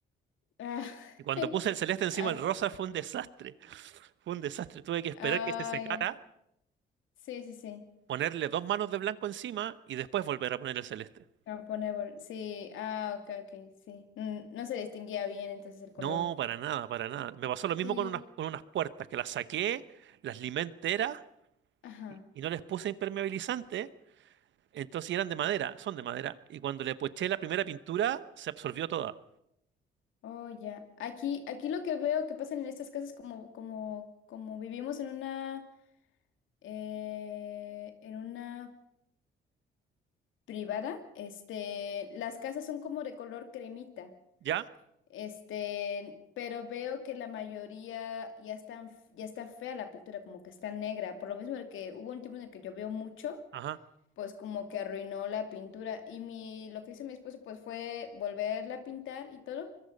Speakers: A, on the left (about 80°); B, on the right (about 70°).
A: Ah,
B: Y cuando
A: <laughs>
B: puse el celeste encima
A: ah,
B: del
A: ok.
B: rosa fue un desastre. Fue un desastre. Tuve que esperar
A: ah,
B: que se secara,
A: ya. Sí, sí, sí.
B: ponerle dos manos de blanco encima y después volver a poner el celeste.
A: Japonés, bol- sí. Ah, ok, ok, sí. Mm, no se distinguía bien entonces el color.
B: No, para nada, para nada. Me pasó lo mismo
A: Sí.
B: con unas, con unas puertas, que las saqué, las limé enteras
A: Ajá.
B: y, y no les puse impermeabilizante. Entonces y eran de madera, son de madera. Y cuando le eché la primera pintura, se absorbió toda.
A: Oh, ya. Aquí, aquí lo que veo que pasa en estas casas como, como, como vivimos en una, eh, en una privada, este, las casas son como de color cremita.
B: ¿Ya?
A: Este, pero veo que la mayoría ya están, ya está fea la pintura, como que está negra. Por lo mismo el que hubo un tiempo en el que llovió mucho,
B: Ajá,
A: pues como que arruinó la pintura. Y mi, lo que hizo mi esposo pues fue volverla a pintar y todo.